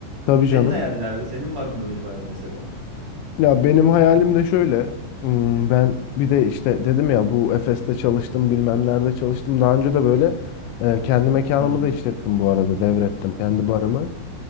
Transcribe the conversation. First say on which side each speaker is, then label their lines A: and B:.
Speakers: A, on the left; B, on the right.
A: Tabii
B: Senin
A: canım.
B: hayalin ne abi. Senin var mı böyle bir hayal mesela?
A: Ya benim hayalim de şöyle. Hmm, Ben bir de işte dedim ya bu Efes'te çalıştım bilmem nerede çalıştım. Daha önce de böyle e, kendi mekanımı
B: Hı hı.
A: da işlettim bu arada devrettim kendi barımı.